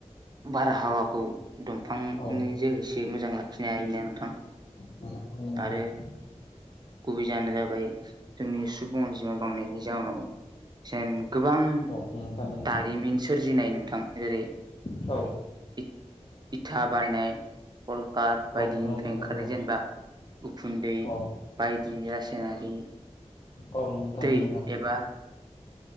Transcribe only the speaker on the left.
नोंथां औ
<unintelligible>
नोंथां औ नंगौ थारैनो नंगौ
नोंथां
औ
औ
नंगौ नोंथां थारैनो
नंगौ
औ
औ नंगौ थारैनो
नंगौ नोंथां औ नंगौ नोंथां थारैनो नंगौ नोंथां औ थारैनो नंगौ नोंथां। औ नंगौ थारैनो नंगौ नोंथां। औ नंगौ थारैनो औ नंगौ थारैनो नंगौ